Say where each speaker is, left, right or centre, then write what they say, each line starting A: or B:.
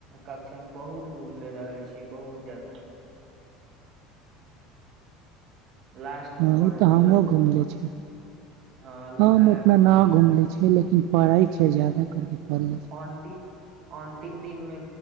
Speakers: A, on the right (about 45°); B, on the right (about 70°).
A: कक्षामे बहुत घूमले रहल छी, बहुत ज्यादा लास्ट मे
B: हं
A: पढ़लियै
B: उ त हमहुं घुमले छियै
A: हँ
B: हम उतना न घुमले छै लेकिन पढ़ै छै जादा करिक पढ़ लै छै
A: अंतिम अन्तिम दिन मे